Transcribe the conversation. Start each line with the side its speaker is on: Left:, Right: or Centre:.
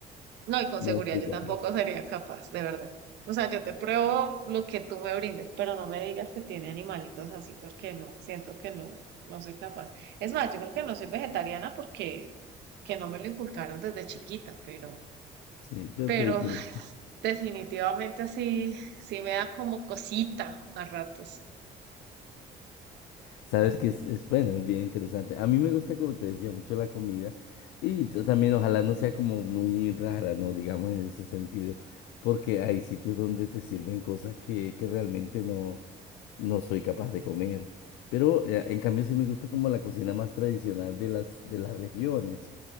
Right: No, y con
Left: No
Right: seguridad
Left: fui
Right: yo
Left: capaz.
Right: tampoco sería capaz, de verdad. O sea, yo te pruebo lo que tú me brindes, pero no me digas que tiene animalitos así, porque no, siento que no, no soy capaz. Es más, yo creo que no soy vegetariana porque que no me lo inculcaron desde chiquita, pero,
Left: Sí, pero
Right: pero
Left: te te
Right: <sighs>
Left: digo,
Right: definitivamente sí, sí me da como cosita a ratos.
Left: sabes que es, es bueno, es bien interesante. A mí me gusta, como te decía, mucho la comida y t- también ojalá no sea como muy rara, ¿no? Digamos en ese sentido, porque hay sitios donde te sirven cosas que, que realmente no. no soy capaz de comer. Pero eh, en cambio sí me gusta como la cocina más tradicional de las, de las regiones.